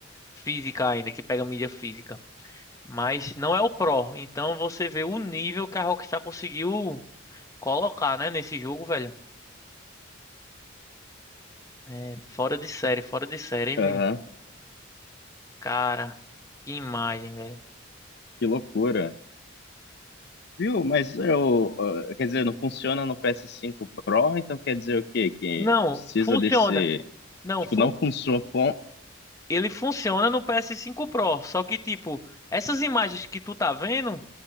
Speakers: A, on the left; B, on the left.
A: física ainda, que pega mídia física. Mas não é o Pro. Então você vê o nível que a Rockstar conseguiu colocar, né, nesse jogo, velho. É fora de série, fora de série, hein,
B: Aham.
A: Vini? Cara, que imagem, velho.
B: Que loucura. Viu? Mas eu, ah, quer dizer, não funciona no ps cinco Pro, então quer dizer o quê? Que
A: Não,
B: precisa
A: funciona.
B: desse,
A: Não,
B: tipo, não funciona. com-
A: ele funciona no PS5 Pro, só que tipo, essas imagens que tu tá vendo